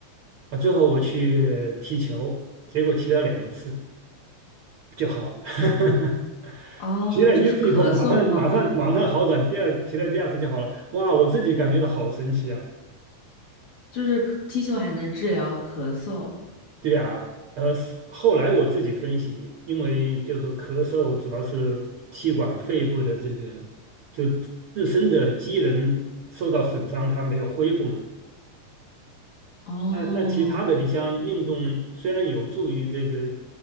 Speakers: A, on the right; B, on the left.
A: 啊！最后我去踢球，结果踢了两次就好了。<laughs>
B: 哦，
A: 提了一次以后，
B: 就是咳嗽吗？
A: 马上马上马上好转，第二踢了第二次就好了。哇，我自己感觉到好神奇啊！
B: 就是踢球还能治疗咳嗽？
A: 对啊，呃，后来我自己分析，因为就是咳嗽主要是气管肺部的这个就自身的机能受到损伤，它没有恢复嘛。
B: 哦，
A: 那那其他的，你像运动，虽然有助于这个